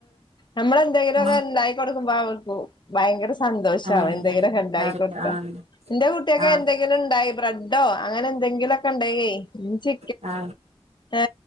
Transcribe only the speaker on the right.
ഉം
ആർക്ക്
ആ
ആ
ആ
ആ